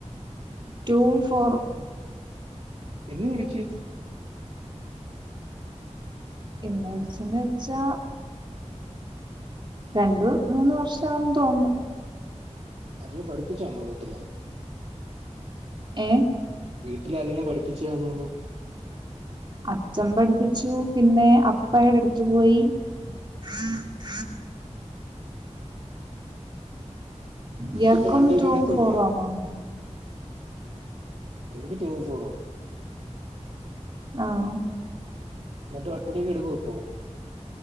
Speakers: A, on the right (about 40°); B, on the right (about 60°).
A: ടൂവും ഫോറും
B: എന്നു പഠിച്ച്
A: എന്ന് പഠിച്ചെന്ന് വച്ചാ രണ്ട് മൂന്ന് വർഷമാകുമെന്ന് തോന്നുന്നു.
B: ആരേലും പഠിപ്പിച്ചതാണോ വീട്ടില്
A: ഏ
B: വീട്ടിലാരേലും പഠിപ്പിച്ചതാണോന്ന്
A: അച്ഛൻ പഠിപ്പിച്ചു പിന്നെ അപ്പയുടെ അടുത്ത് പോയി ആഹ ഇയാക്കും
B: ഇപ്പൊ വണ്ടിയൊക്കെ
A: ടൂവും
B: എടുത്ത്
A: ഫോറും
B: പോകും
A: ആണോ?
B: എനിക്ക് ടൂവും ഫോറുവാ
A: ആഹ്
B: എന്നിട്ട് വണ്ടിയൊക്കെ എടുക്കോ ഇപ്പോ